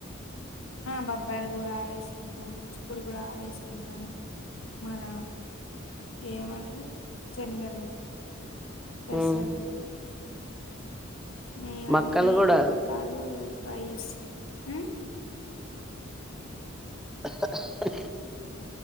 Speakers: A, on the left; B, in the centre.
A: బొబ్బర గుడాలు వేసుకుంటాం చిక్కుడుగూడాలు వేసుకుంటాం కుంటాము మన ఏమంటారు శనగలు పెసలు
B: హ్మ్.
A: ఇగ
B: మక్కలు
A: అన్ని
B: గూడా
A: రకాలు ట్రై చేస్తాం మ్మ్
B: <inaudible>